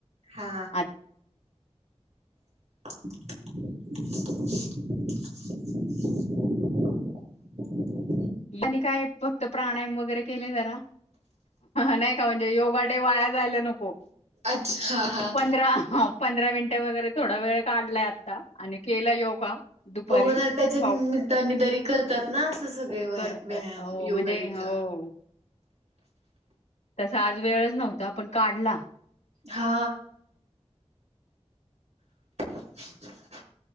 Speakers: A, on the right; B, on the left.
A: हा
B: आणि
A: <inaudible>
B: आणि काय फक्त प्राणायाम वगैरे केले जरा नाही का म्हणजे योगाडे वाया जायला नको.
A: अच्छा हा हा
B: पंधरा पंधरा मिनट वगैरे थोडा वेळ काढलाय आता आणि केला योगा. दुपारी
A: हो त्याच्या निमित्ताने
B: पाऊ
A: तरी करतात ना असं वेव
B: करतात
A: व्यायाम
B: हो
A: योगाडे
B: म्हणजे हो
A: चा.
B: तसा आज वेळच नव्हता पण काढला.
A: हा <inaudible>